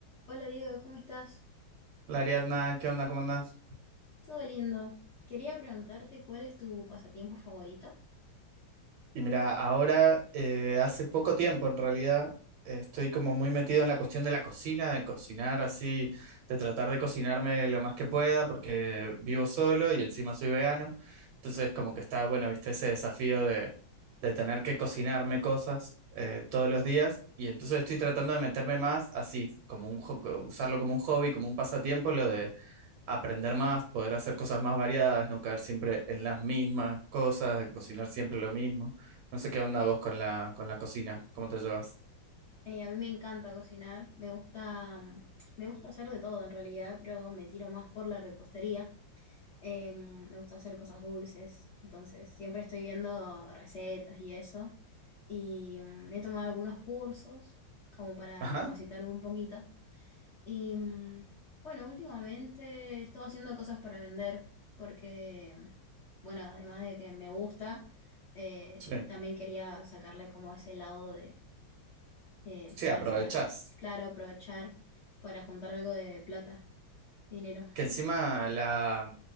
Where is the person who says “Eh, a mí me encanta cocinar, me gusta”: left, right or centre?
Left